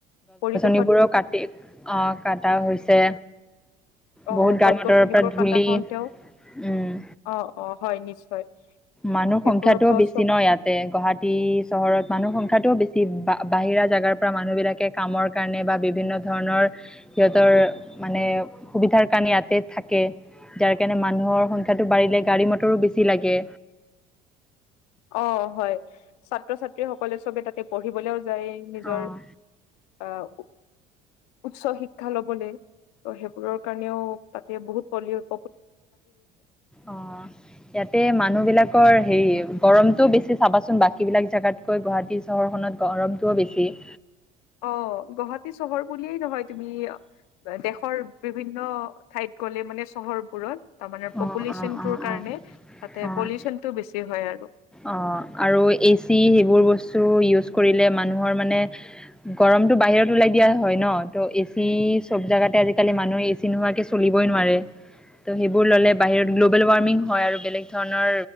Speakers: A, on the left; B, in the centre.
A: পৰিৱেশ
B: বোৰো কাটি অ', কাটা হৈছে।
A: অ',
B: বহুত গাড়ী
A: গছ-গছনিবোৰ
B: মটৰৰ পৰা ধূলি
A: কাটা হওঁতেও,
B: উম
A: অ', -অ' । হয়, নিশ্চয়।
B: মানুহ
A: সেইবোৰৰ
B: সংখ্যাটো
A: পৰা
B: বেছি
A: চব
B: ন' ইয়াতে গুৱাহাটী চহৰত মানুহৰ সংখ্যাটো বেছি বা বাহিৰা জেগাৰ পৰা মানুহবিলাকে কামৰ কাৰণে বা বিভিন্ন ধৰণৰ সিহঁতৰ মানে সুবিধাৰ কাৰণে ইয়াতে থাকে। যাৰ কাৰণে মানুহৰ সংখ্যাটো বাঢ়িলে গাড়ী, মটৰো বেছি লাগে।
A: অ' হয় ছাত্ৰ-ছাত্ৰী সকলে চবে তাতে পঢ়িবলৈও যায় নিজৰ
B: অঁ
A: অহ উচ্চ শিক্ষা ল'বলৈ ত' সেইবোৰৰ কাৰণেও তাত এয়া বহুত প'লিঅ'।
B: অ' ইয়াতে মানুহ বিলাকৰ হেৰি গৰমটোও বেছি চাবাচোন, বাকীবিলাক জেগাতকৈ গুৱাহাটী চহৰখনত গৰমটোও বেছি ।
A: অ' গুৱাহাটী চহৰ বুলিয়েই নহয়, তুমি দেশৰ বিভিন্ন ঠাইত গ'লে মানে চহৰবোৰত। তাৰ মানে
B: অঁ
A: পপুলেশ্যন
B: অঁ
A: টোৰ
B: অঁ
A: কাৰণে
B: অঁ
A: তাতে
B: অঁ
A: পলিউচন টো বেছি হয় আৰু
B: অ' আৰু এচি সেইবোৰ বস্তু ইউজ কৰিলে মানুহৰ মানে গৰমতটো বাহিৰত ওলাই দিয়া হয় ন ত' এচি চব জাগাতে আজিকালি মানুহ এচি নোহোৱাকে চলিবই নোৱাৰে ত' সেইবোৰ ল'লে বাহিৰত গ্ল'বেল ৱাৰ্মিং হয় আৰু বেলেগ ধৰণৰ